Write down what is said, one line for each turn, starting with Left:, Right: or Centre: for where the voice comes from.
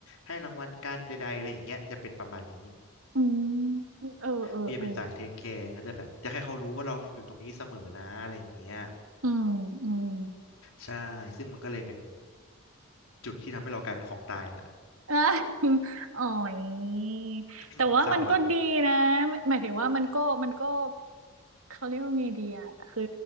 Left: ให้รางวัลกันใดๆอะไรอย่างเงี้ยจะเป็นประมาณนี้
Right: อืมเออเออเออ
Left: พี่จะเป็นสายเทคแคร์ก็จะแบบจะให้เขารู้ว่าเราอยู่ตรงนี้เสมอนะอะไรอย่างเงี้ย
Right: อืมอืม
Left: ใช่ซึ่งมันก็เลยเป็นจุดที่ทำให้เรากลายเป็นของตายน่ะ
Right: เออ <laughs> อ๋อยแต่ว่ามันก็ดีนะ
Left: <coughs> เศร้าปะ
Right: หมายถึงว่ามันก็มันก็เขาเรียกว่าไงดีอะคือ